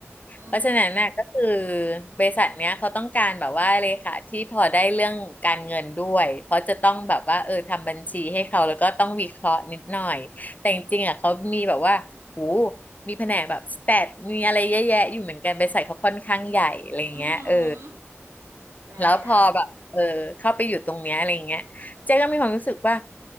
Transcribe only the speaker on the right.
อืม
อืมแล้ว